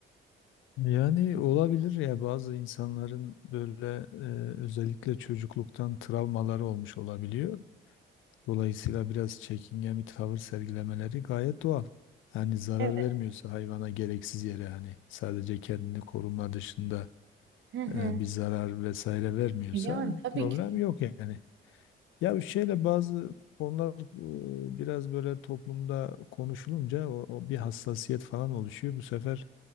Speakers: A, on the left; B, on the right.
A: Yani olabilir ya bazı insanların böyle e, özellikle çocukluktan travmaları olmuş olabiliyor. Dolayısıyla biraz çekingen bir tavır sergilemeleri gayet doğal. Yani zarar
B: Evet.
A: vermiyorsa hayvana gereksiz yere hani sadece kendini koruma dışında
B: Hı hı.
A: e, bir zarar vesaire vermiyorsa
B: Yani tabii
A: problem
B: ki.
A: yok yani. Ya bir şeyle bazı konular e, biraz böyle toplumda konuşulunca o, o bir hassasiyet falan oluşuyor. Bu sefer